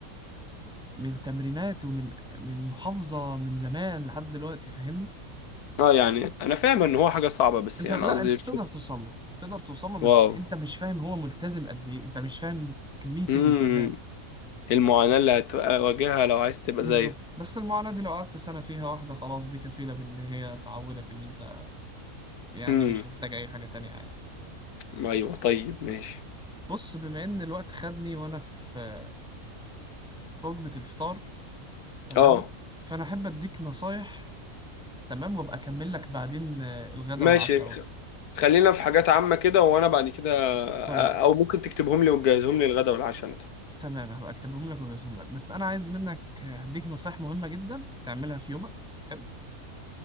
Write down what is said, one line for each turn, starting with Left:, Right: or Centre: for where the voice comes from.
Centre: من تمرينات ومن من محافظة من زمان لحد دلوقتي فاهمني
Left: أه يعني أنا فاهم إن هو حاجة صعبة بس
Centre: انت
Left: يعني
Centre: لا
Left: قصدي
Centre: انت تقدر
Left: شوف
Centre: توصل له تقدر توصل له بس
Left: واو
Centre: انت مش فاهم هو ملتزم قد ايه انت مش فاهم كمية
Left: امم
Centre: الالتزام
Left: المعاناة اللي هتواجهها لو عايز تبقى
Centre: بالظبط
Left: زيه
Centre: بس المعاناة دي لو قعدت سنة فيها واحدة خلاص دي كفيلة بإن هي تعودك إن أنت يعني
Left: امم
Centre: مش محتاج أي حاجة تانية عادي
Left: أيوه طيب ماشي
Centre: بص بما إن الوقت خدني وأنا في في وجبة الفطار تمام
Left: أه
Centre: فأنا أحب أديك نصايح تمام وأبقى أكمل لك بعدين آه، الغدا
Left: ماشي
Centre: والعشاء
Left: خلينا في حاجات عامة كده وانا بعد كده
Centre: طيب
Left: أ- او ممكن تكتبهم لي وتجهزهم لي الغدا والعشاء انت
Centre: تمام هبقى أكتبهم لك وأجهزهم لك بس أنا عايز منك آه، هديك نصايح مهمة جدا تعملها في يومك حلو؟